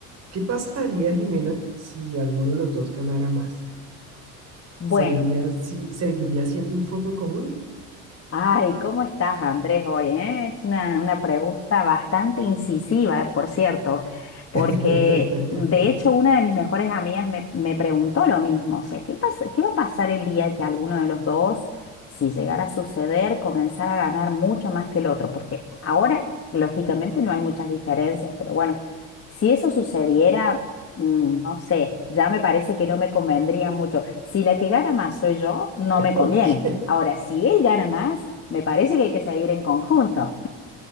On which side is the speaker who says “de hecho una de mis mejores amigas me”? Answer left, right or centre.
Left